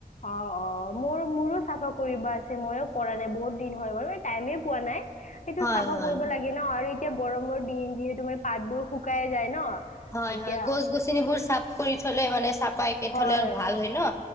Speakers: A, on the left; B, on the left.
A: অ অ মোৰ মোৰো চাফা কৰিব আছে মইয়ো কৰা নাই বহুত দিন হৈ গ'ল টাইমে পোৱা নাই সেইটো
B: হয়
A: চাফা
B: হয়
A: কৰিব লাগে ন, আৰু এতিয়া গৰমৰ দিন যিহেতু মানে পাতবোৰ শুকাই যায় ন।
B: হয়
A: এতিয়া
B: হয়, গছ-গছনিবোৰ চাফ কৰি থ'লে মানে চাফাইকে
A: হয়
B: থলে ভাল হয় ন।